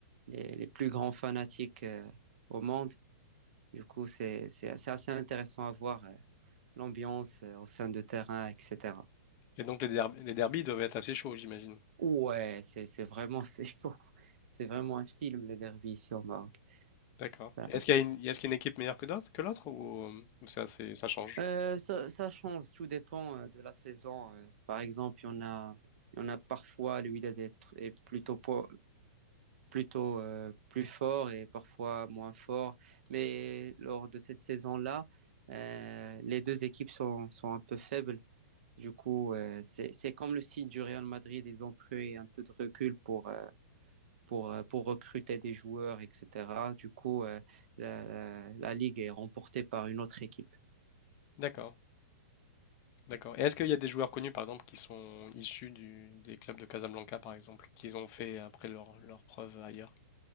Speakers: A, on the right; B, on the left.
A: les, les plus grands fanatiques euh, au monde. Du coup, c'est, c'est, c'est assez intéressant à voir euh, l'ambiance euh, au sein de terrain, etc.
B: Et donc les, derb- les derbies doivent être assez chauds, j'imagine.
A: Ouais, c'est c'est vraiment c'est <laughs> fou. C'est vraiment un film les derbies ici au Maroc.
B: D'accord.
A: Voilà.
B: Est-ce qu'il y a une, est-ce qu'il y a une équipe meilleure que d'autres, que l'autre ou, euh, ou c'est assez- ça change?
A: Euh, ça, ça change, tout dépend euh, de la saison. euh. Par exemple, il y en a il y en a parfois le Wydad est, tr- est plutôt po- plutôt euh, plus fort et parfois moins fort, mais lors de cette saison-là, euh, les deux équipes sont sont un peu faibles. Du coup, euh, c'est c'est comme le style du Real Madrid, ils ont pris un peu de recul pour euh, pour, euh, pour recruter des joueurs, etc. Du coup, euh, la, la, la, ligue est remportée par une autre équipe.
B: D'accord. D'accord. Et est-ce qu'il y a des joueurs connus, par exemple, qui sont issus du- des clubs de Casablanca, par exemple, qu'ils ont fait après leur, leur preuve ailleurs?